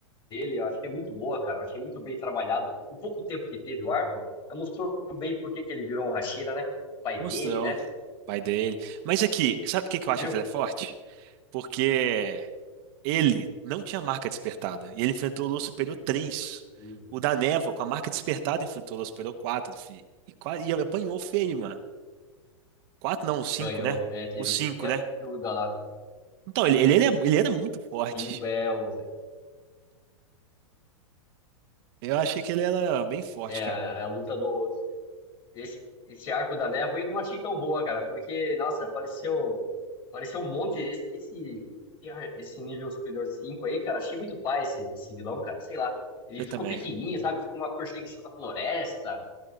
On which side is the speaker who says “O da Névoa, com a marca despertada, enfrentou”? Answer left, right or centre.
Right